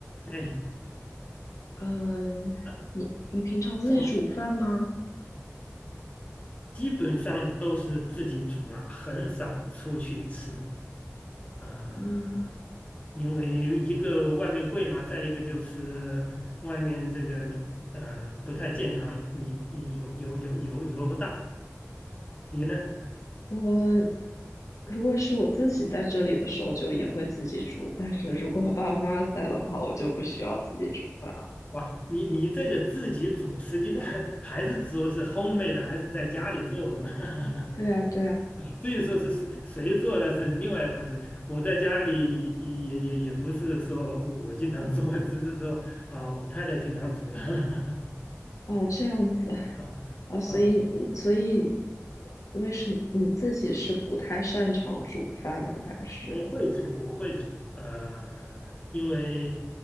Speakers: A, on the left; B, on the left.
A: 哎，
B: 嗯，
A: 那
B: 你你平常自己煮饭吗？
A: 早基本上都是自己煮了，很少出去吃。呃，
B: 嗯，
A: 因为一个外面贵嘛，再一个就是外面这个呃不太健康，你你油油油油油大。你呢？
B: 我如果是我自己在这里的时候，就也会自己煮，但是如果我爸爸妈妈在的话，我就不需要自己煮饭了。
A: 哇，你你这个自己煮，实际上 <laughs> 还是说是 homemade 的还是在家里做的嘛？<laughs>
B: 对啊，对啊，
A: 至于说是谁做那是另外一回事。我在家里也也也不是说我我经常做，<laughs> 只是说啊、我太太经常煮了。<laughs>
B: 哦，这样子
A: 啊
B: 啊，所以嗯所以
A: 啊，
B: 为什么你自己是不太擅长煮饭吗？还是
A: 我会煮，我会煮。呃，因为